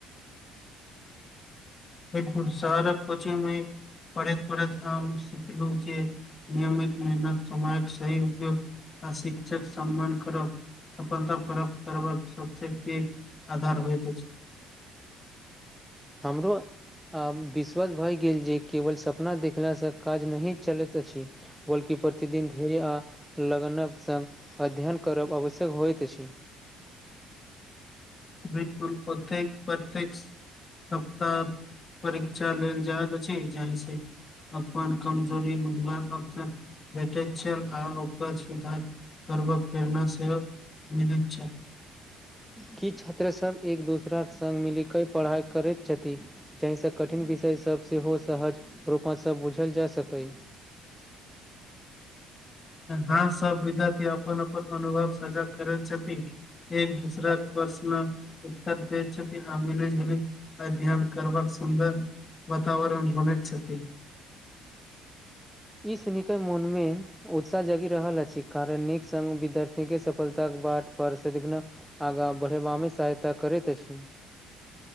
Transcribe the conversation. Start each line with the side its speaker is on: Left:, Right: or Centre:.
Left: एक घुरासारक कोचिंग मे पढेत पढेत हम सीखलहु जे नियमित मेहनत समयक सही उपयोग आ शिक्षक सम्मान करब सफलता प्राप्त करबाक सबसे पैग आधार होइत अछि
Centre: हमरो आ विश्वास भए गेल जे केवल सपना देखलासँ काज नहि चलति अछि बल्कि प्रतिदिन धैर्य आ लगनक संग अध्ययन करब आवश्यक होइत अछि
Left: बिलकुल प्रत्येक प्रत्येक सप्ताह परीक्षा लेल जेऽय के छै एजेंसी अपन कमजोरी बुझबाक अवसर भेटति छलि आ ओकर सुधार करबक प्रेरणा सेहो मिलति छल
Centre: की छात्रसभ एक दोसराक सङ्ग मिलि कऽ पढ़ाइ करति छथि जाहिसँ कठिन विषय सभ सेहो सहज रूपऽ सँ बूझल जा सकै
Left: हँ सब बिधक या अपन अपन अनुभव साझा करै छथि एक दूसराक प्रशन उतर दति छथि आ मिली जूली अध्ययन करबाक सुन्दर वातावरण बुनति छथि
Centre: ई सुनि क मोन मे उत्साह जगि रहल अछि कारण नीक संग विद्यार्थी के सफलताके बाट पर सदिखन आगा बढ़ेबा मे सहायता करति अछि